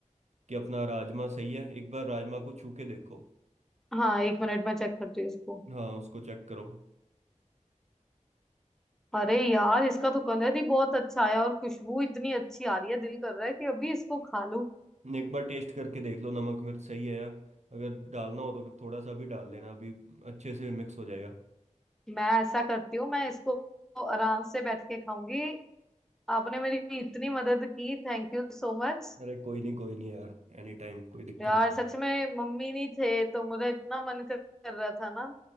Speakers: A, on the right; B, in the centre.
A: कि अपना राजमा सही है एक बार राजमा को छू के देखो
B: हाँ एक मिनट में चेक करती हूँ इसको
A: हाँ उसको चेक करो
B: अरे यार इसका तो कलर ही बहुत अच्छा आया और खुशबू इतनी अच्छी आ रही है दिल कर रहा है कि अभी इसको खा लूं
A: एक बार टेस्ट करके देख लो नमक मिर्च सही है या अगर डालना हो तो फिर थोड़ा सा भी डाल लेना अभी अच्छे से मिक्स हो जाएगा
B: मैं ऐसा करती हूँ मैं इसको आराम से बैठ के खाऊंगी आपने मेरी इतनी मदद की थैंक यू सो मच
A: अरे कोई नहीं कोई नहीं यार एनी टाइम कोई दिक्कत
B: यार
A: नहीं
B: सच में मम्मी नहीं थे तो मुझे इतना मन कर कर रहा था ना